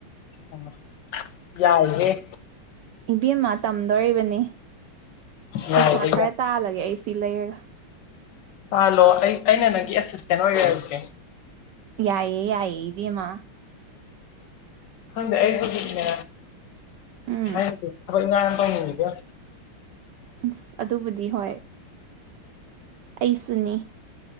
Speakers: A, on the left (about 70°); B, on the right (about 80°).
A: ꯑ ꯌꯥꯏꯌꯦꯦ
B: ꯏꯕꯦꯝꯃ ꯇꯝꯗꯣꯔꯤꯕꯅꯤ
A: ꯌꯥꯏꯍꯦ
B: ꯄꯩꯁꯥ ꯈꯔ ꯇꯥꯜꯂꯒꯦ ꯑꯩ ꯁꯤ ꯂꯩꯔꯒ
A: ꯍꯜꯂꯣ ꯑꯩ ꯑꯩꯅ ꯅꯪꯒꯤ ꯑꯦꯁꯤꯁꯇꯦꯟ ꯑꯣꯏꯈꯁꯦ
B: ꯌꯥꯌꯦ ꯌꯥꯏꯌꯦꯕꯤ ꯃꯥ
A: ꯍꯪꯗ ꯑꯩ ꯍꯗꯅꯦ
B: ꯎꯝ
A: ꯍꯥꯏ ꯏꯅꯅꯥꯅ ꯄꯥꯎꯅꯤꯅꯦ ꯀꯌꯥ
B: ꯑꯁ ꯑꯗꯨꯕꯨꯗꯤ ꯍꯣꯏ ꯑꯩꯁꯨꯅꯤ